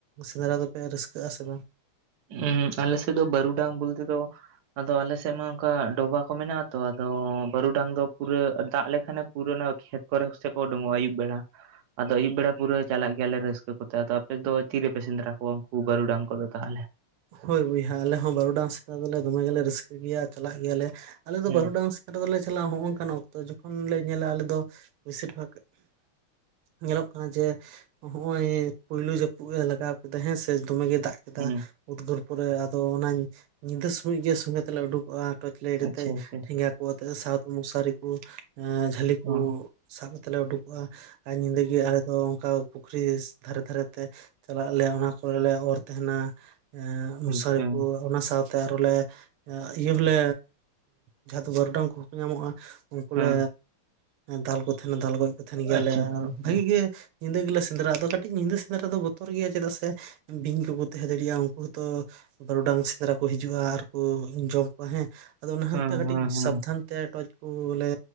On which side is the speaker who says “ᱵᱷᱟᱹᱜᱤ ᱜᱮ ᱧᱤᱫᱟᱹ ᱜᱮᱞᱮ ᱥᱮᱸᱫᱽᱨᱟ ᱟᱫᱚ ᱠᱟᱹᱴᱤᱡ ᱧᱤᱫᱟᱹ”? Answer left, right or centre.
Right